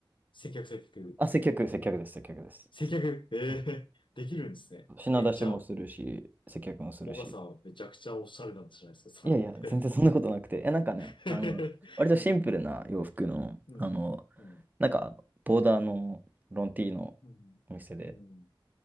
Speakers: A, on the left; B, on the right.
A: 接客接客。
B: あ、接客、接客です、接客です。
A: 接客、
B: 接客あ
A: ええできるんですね。
B: 品出しもするし、
A: え、じゃあ、
B: 接客もするし。
A: 小川さんはめちゃくちゃおしゃれなんじゃないですか、それって。
B: いやいや、全然そんなことなくて。え、なんかね、
A: <laughs>
B: あの、割とシンプルな洋服の、
A: うん、うん、
B: あの、
A: うん、
B: なんか、ボーダーのロンティーの
A: うん、
B: お店で。
A: うん、